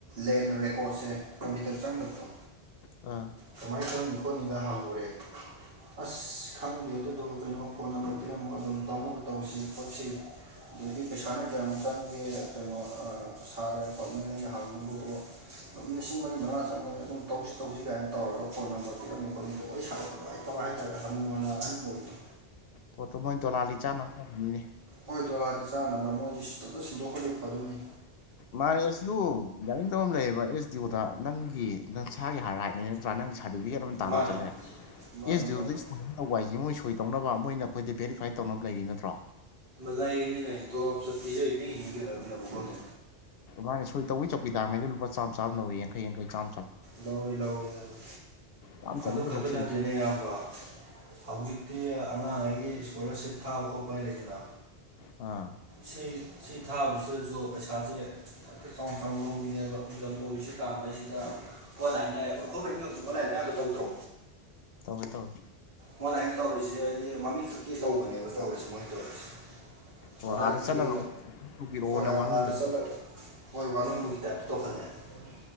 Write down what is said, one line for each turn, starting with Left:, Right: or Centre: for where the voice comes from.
Right: ꯂꯦꯟ ꯔꯦꯀꯣꯔꯠꯁꯦ ꯀꯝꯄ꯭ꯌꯨꯇꯔ ꯆꯪꯗꯕꯗꯣ
Left: ꯑꯥ
Right: ꯀꯃꯥꯏꯅ ꯆꯪꯅꯤ ꯈꯣꯠꯅꯤꯒ ꯍꯪꯉꯨꯔꯦ ꯑꯁ ꯈꯪꯗꯦ ꯑꯗꯨꯗꯣ ꯀꯩꯅꯣ ꯐꯣꯟ ꯅꯝꯕꯔ ꯄꯤꯔꯝꯃꯣ ꯑꯗꯨꯝ ꯇꯧꯅꯕ ꯇꯧꯁꯤ ꯈꯣꯠꯁꯤ ꯑꯗꯒꯤ ꯄꯩꯁꯥꯅ ꯀꯌꯥꯃꯨꯛ ꯆꯪꯒꯦ ꯀꯩꯅꯣ ꯑ ꯁꯥꯔꯦ ꯈꯣꯠꯂꯦꯅ ꯑꯩꯅ ꯍꯪꯉꯨꯕꯕꯨ ꯃꯤꯁꯤꯡ ꯃꯅꯤ ꯃꯔꯅꯥ ꯆꯪꯪ ꯑꯗꯨꯝ ꯇꯧꯁꯤ ꯇꯧꯁꯤ ꯀꯥꯏꯅ ꯇꯧꯔꯒ ꯐꯣꯟ ꯅꯝꯕꯔ ꯄꯤꯔꯝꯝꯕ ꯈꯣꯠ ꯇꯧ ꯋꯥꯔꯤ ꯁꯥꯒꯠꯄꯅꯨꯡꯥꯏ ꯇꯕ ꯍꯥꯏ ꯍꯅꯨ ꯍꯅ ꯍꯥꯏꯕꯨ ꯑꯣꯏꯗ
Left: ꯄꯣꯠꯇꯨ ꯃꯣꯏ ꯗꯣꯂꯥꯂꯤ ꯆꯥꯟꯅꯕ ꯇꯧꯅꯤꯅꯦ
Right: ꯍꯣꯏ ꯗꯣꯂꯥꯗꯤ ꯆꯥꯅꯕ ꯃꯣꯏꯁꯤ ꯁꯤꯗꯇ ꯁꯤꯟꯗꯣꯛꯈꯜꯂꯤ ꯐꯗꯣꯏꯅꯤ
Left: ꯃꯥꯅꯦ ꯑꯦꯁꯗꯨ ꯒꯥꯔꯤꯡ ꯇꯧꯔ ꯑꯃ ꯂꯩꯌꯦꯕ ꯑꯦꯁ ꯗꯤ ꯑꯣꯗ ꯅꯪꯒꯤ ꯅꯪꯁꯥꯒꯤ ꯍꯥꯔ ꯔꯥꯏꯠ ꯅꯠꯇ꯭ꯔꯥ ꯅꯪꯒꯤ ꯁꯥꯔꯇꯤꯐꯤꯀꯦꯠ ꯑꯃ ꯇꯥꯟꯕ
Right: ꯃꯥꯅꯦ
Left: ꯆꯠꯂꯦ
Right: ꯃꯥꯅꯤ
Left: ꯑꯦꯁ ꯗꯤ
Right: ꯃꯥꯅꯤ
Left: ꯑꯣ ꯑꯧꯕ ꯍꯥꯏꯁꯤꯦ ꯃꯣꯏ ꯁꯣꯏꯗꯧꯅꯕ ꯃꯣꯏꯅ ꯑꯩꯈꯣꯏꯗ ꯕꯦꯔꯤꯐꯥꯏ ꯇꯧꯅꯕ ꯂꯩꯔꯤ ꯅꯠꯇ꯭ꯔꯣ
Right: ꯂꯩꯥꯏꯌꯦꯡꯅꯤ ꯂ ꯇꯣꯞ ꯆꯠꯄꯤꯁꯨ ꯑꯩ ꯄꯤ ꯍꯤꯡꯒꯗꯅꯕ ꯈꯣꯠꯦ
Left: ꯃꯥꯒꯤ ꯁꯣꯏ ꯇꯧꯕꯩ ꯆꯧꯀꯤꯗꯥꯔꯉꯩꯗꯣ ꯂꯨꯄꯥ ꯆꯥꯝ ꯆꯥꯝ ꯂꯧꯋꯦ ꯌꯥꯡꯈꯩ ꯌꯥꯡꯈꯩ ꯆꯥꯝ
Right: ꯂꯏ ꯂꯥꯎꯏ ꯂꯥꯛꯏ
Left: ꯆꯥꯝꯃ ꯆꯅꯤꯒ
Right: ꯑꯗꯨ ꯈꯛꯇ
Left: ꯂꯧꯁꯤꯜꯂꯤ
Right: ꯅꯠꯇꯦꯅꯦ ꯑꯌꯥꯝꯕ ꯍꯧꯖꯤꯛꯇꯤ ꯑꯉꯥꯡꯉꯩꯒꯤ ꯏꯁꯀꯣꯂꯥꯔꯁꯤꯞ ꯊꯥꯕ ꯈꯣꯠꯄ ꯂꯩꯗ
Left: ꯑꯥ
Right: ꯁꯤ ꯁꯤ ꯊꯥꯕꯁꯤꯗꯁꯨ ꯄꯩꯁꯥꯁꯦ ꯍꯦꯛꯇ ꯆꯥꯎꯅ ꯆꯥꯎꯅ ꯂꯧꯕꯤꯅꯦꯕ ꯏꯟꯀꯝ ꯑꯣ ꯕꯤ ꯁꯤ ꯇꯥꯟꯕꯁꯤꯗ ꯑꯣꯟꯂꯥꯏꯟꯌꯥꯝ ꯒꯣꯔꯃꯦꯟꯒꯤ ꯍꯧꯖꯤꯛ ꯑꯣꯟꯂꯥꯏꯟ ꯑꯌꯥꯝꯕ ꯇꯧꯗ꯭ꯔꯣ
Left: ꯇꯧꯋꯦ ꯇꯧꯋꯦ
Right: ꯑꯣꯟꯂꯥꯏꯟ ꯇꯧꯔꯤꯖꯤꯖꯨ ꯍꯥꯏꯗꯤ ꯃꯃꯤꯡꯈꯛꯀꯤ ꯇꯧꯕꯅꯦꯕ ꯇꯧꯔꯤꯁꯦ ꯃꯣꯏꯅ ꯇꯧꯔꯤꯁꯦ
Left: ꯑꯣ
Right: ꯀꯗꯥꯏꯗꯒꯤ
Left: ꯑꯥꯗ ꯆꯠꯂꯒ ꯑꯃꯨꯛ ꯇꯧꯕꯤꯔꯛꯑꯣꯅ
Right: ꯍꯣꯏ ꯑꯥꯗ
Left: ꯋꯥꯅꯣꯝꯗꯅꯤ
Right: ꯆꯠꯂꯒꯦ ꯍꯣꯏ ꯋꯥꯅꫭꯝꯕꯒꯤ ꯇꯥꯏꯞꯇ ꯇꯧꯈꯜꯂꯛꯑꯦ